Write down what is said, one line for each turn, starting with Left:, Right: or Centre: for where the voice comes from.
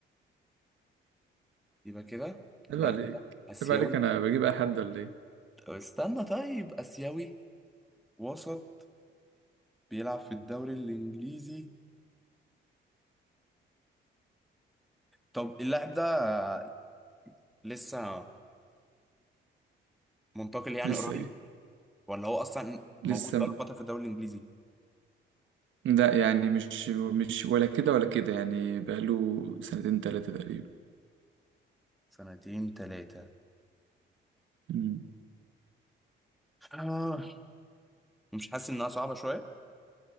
Centre: يبقى كده اللاعب
Right: عيب عليك
Centre: ده آسيوي
Right: عيب عليك انا بجيب اي حد ولا ايه
Centre: طب استنى طيب آسيوي وسط بيلعب في الدوري الإنجليزي طب اللاعب ده لسه منتقل يعني
Right: لسه
Centre: قريب
Right: ايه
Centre: ولا هو أصلا
Right: لسه
Centre: موجود بقاله
Right: م...
Centre: فترة في الدوري الإنجليزي
Right: لا يعني مش مش ولا كده ولا كده يعني بقاله سنتين ثلاثة تقريبا
Centre: سنتين ثلاثة
Right: مم.
Centre: آه مش حاسس إنها صعبة شوية